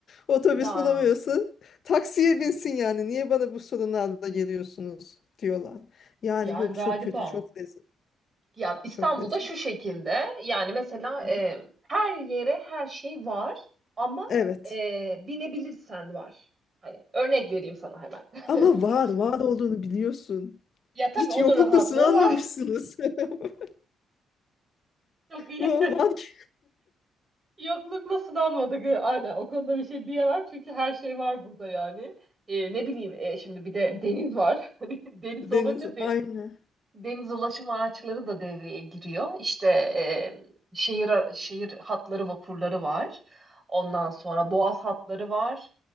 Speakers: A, on the left; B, on the right.
A: Otobüs
B: Ya
A: bulamıyorsun. Taksiye binsin yani. Niye bana bu sorunlarla geliyorsunuz diyorlar. Yani
B: yani
A: yok
B: galiba.
A: çok kötü, çok rezil.
B: Ya İstanbul'da
A: Çok rezil.
B: şu şekilde yani mesela
A: Hı
B: e,
A: hı.
B: her yere her şey var ama
A: Evet.
B: e, binebilirsen var. Hani örnek vereyim sana hemen.
A: Ama
B: <laughs>
A: var, var olduğunu biliyorsun.
B: Ya tabii
A: Hiç
B: onun
A: yoklukla
B: rahatlığı
A: sınanmamışsınız.
B: var. <laughs>
A: <laughs>
B: Çok iyi.
A: Bu Var ki
B: <laughs> Yoklukla sınanmadık. E, Aynen o konuda bir şey diyemem çünkü her şey var burada yani. E, ne bileyim e, şimdi bir de deniz var. <laughs> Hani deniz
A: deniz
B: olunca de-
A: aynı.
B: deniz ulaşım araçları da devreye giriyor. İşte e, şehir ara- şehir hatları, vapurları var. Ondan sonra boğaz hatları var.